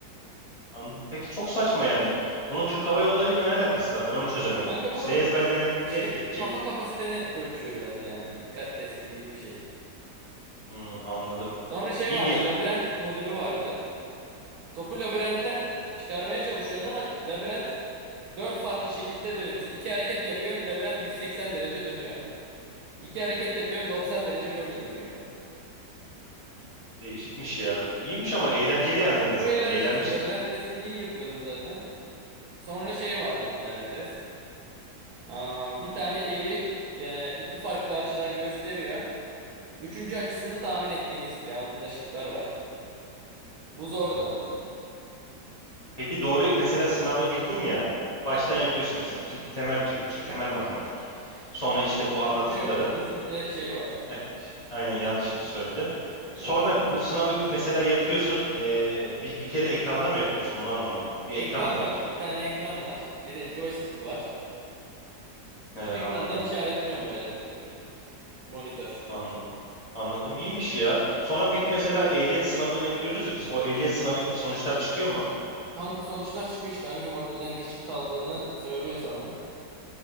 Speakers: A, on the left (about 85°); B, on the right (about 70°).
A: Anladım. Peki çok saçma yani. Bunun Türk Hava Yolları ile ne alakası var? Ben onu çözemedim.
B: Kanka
A: Sayı
B: bu
A: ezberlemenin
B: işte
A: ne etki edecek?
B: kafa kapasiteni ölçüyor biraz yani. Dikkat testi gibi bir şey.
A: Hmm, anladım.
B: Sonra şey
A: İyi
B: vardı
A: ge-
B: labirent modülü vardı. Topu labirentten çıkarmaya çalışıyorsun ama labirent 4 farklı şekilde dönüyor. Mesela iki hareket yapıyorsun labirent 180 derece dönüyor. İki hareket yapıyorsun 90 derece böyle dönüyor.
A: değişikmiş ya. İyiymiş ama eğlenceli yani en azından.
B: Bu eğlenceliydi.
A: Eğlenmişsin.
B: Labirent testini iyi yapıyordum zaten. Sonra şey vardı bir tane test. Aa, bir tane evi e, iki farklı açıdan gösteriyor. Üçüncü açısını tahmin etmeni istiyor. Altında şıklar var. Bu zordu.
A: Ya, anladım. Peki doğru mesela sınava girdin ya baştan
B: Heh.
A: yapıyorsun mesela tü- temel Türkçe, temel matematik. Sonra işte bu anlattıkların
B: Türkçe yok. Fizikle şey var.
A: e, aynen yanlış söyledim.
B: Fizikle
A: Sonra
B: matematik.
A: bu sınavı mesela yapıyorsun e, bir, bir kere ekranda mı yapıyorsun onu anlamadım. Bir
B: Ekran
A: ekran mı
B: kanka.
A: var?
B: Bir tane ekran var. Bir de joystick var.
A: E, anladım.
B: Ekrandan işaretliyorum böyle tık tık tık tık. Monitör.
A: Anla- anladım. İyiymiş ya. Sonra peki mesela ehliyet sınavına giriyoruz ya biz. O ehliyet sınavı gibi sonuçlar çıkıyor mu?
B: Kanka sonuçlar çıkıyor işte. Hangi modülden geçip kaldığını söylüyor sana.